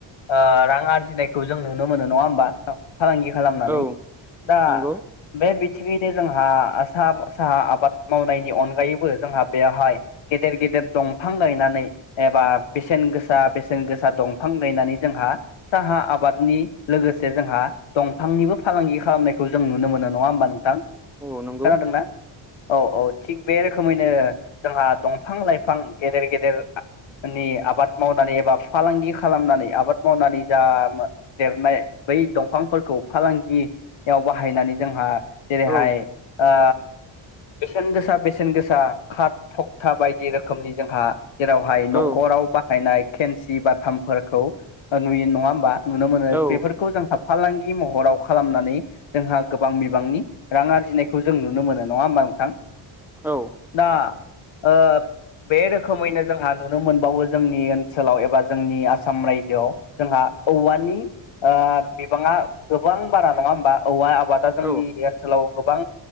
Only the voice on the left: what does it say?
ओ रां आरजिनायखौ जों नुनो मोनो नङा होमबा? फालांगि खालामनानै
दा
बे थिंयैनो जोंहा आ साहा साहा आबाद मावनायनि अनगायैबो जोंहा बेवहाय गेदेर गेदेर दंफां गायनानै एबा बेसेन गोसा बेसेन गोसा दंफां गायनानै जोंहा साहा आबादनि लोगोसे जोंहा दंफांनिबो फालांगि खालामनायखौ जों नुनो मोनो नङा होमबा नोंथां?
खोनादोंना? औ औ थिग बे रोखोमैनो जोंहा दंफां लाइफां गेदेर गेदेर नि आबाद मावनानै एबा फालांगि खालामनानै आबाद मावनानै जा देरनाय बै दंफांफोरखौ फालांगियाव बाहायनानै जोंहा जेरैहाय
ओ बेसेन गोसा बेसेन गोसा खाद थकथा बायदि रोखोमनि जोंहा जेरावहाय न'खराव
बाहायनाय खेनसि बाथामफोरखौ ओ नुयो नङा होमबा नुनो मोनो
बेफोरखौ जों हाब फालांगि महराव खालामनानै जोंहा गोबां बिबांनि रां आरजिनायखौ जों नुनो मोनो नङा होमबा नोंथां?
दा ओ बे रोखोमैनो जोंहा नुनो मोनबावो जोंनि ओनसोलाव एबा जोंनि आसाम रायजोआव जोंहा औवानि ओ बिबाङा गोबां बारा नङा होमबा औवा आबादा जोंनि
ओनसोलाव गोबां